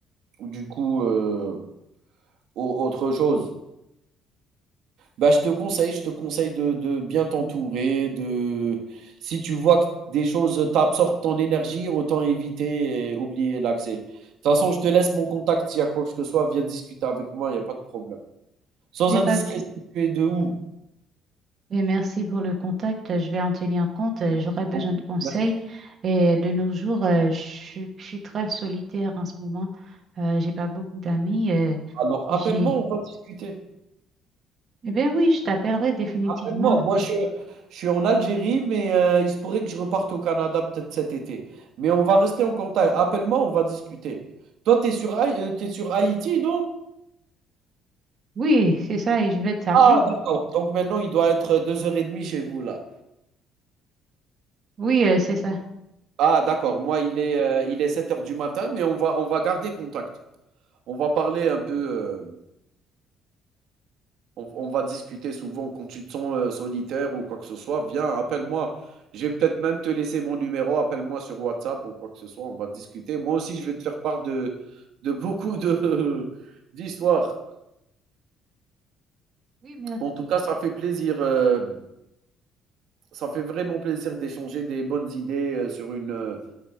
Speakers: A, on the right (about 65°); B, on the right (about 35°).
A: du coup, heu, au autre chose, bah, je te conseille je te conseille de de bien t'entourer, de si tu vois que des choses t'absorbent ton énergie, autant éviter et oublier l'accès. De toute façon, je te laisse mon contact, s'il y a quoi que ce soit, viens discuter avec moi, il y a pas de problème. Sans
B: Mais
A: indiscrétion,
B: pas
A: tu es de où?
B: mais merci pour le contact. Je vais en tenir compte. Euh, J'aurai besoin
A: Oh,
B: de conseils.
A: merci.
B: Et de nos jours, euh, je, suis je suis très solitaire en ce moment. Euh, j'ai pas beaucoup d'amis. euh,
A: Alors
B: j'ai
A: appelle-moi, on va discuter.
B: Eh bien oui, je t'appellerai définitivement.
A: Appelle-moi. Moi, je je suis en Algérie, mais heu, il se pourrait que je reparte au Canada peut-être cet été. Mais on va rester en contact. Appelle-moi, on va discuter. Toi, tu es sur Haï heu, tu sur Haïti, non?
B: Oui, c'est ça et je vais t'appeler.
A: Ah d'accord, donc maintenant il doit être euh, 2:30 chez vous là.
B: Oui, euh, c'est ça.
A: Ah d'accord, moi il est, heu, il est sept heures du matin, mais on va on va garder contact. On va parler un peu, heu On on va discuter souvent quand tu te sens, heu, solitaire ou quoi que ce soit, viens, appelle-moi. Je vais peut-être même te laisser mon numéro, appelle-moi sur WhatsApp ou quoi que ce soit, on va discuter. Moi aussi, je vais te faire part de de beaucoup de <laughs> d'histoires.
B: Oui, merci.
A: En tout cas, ça fait plaisir, heu, ça fait vraiment plaisir d'échanger des bonnes idées, heu, sur une, heu,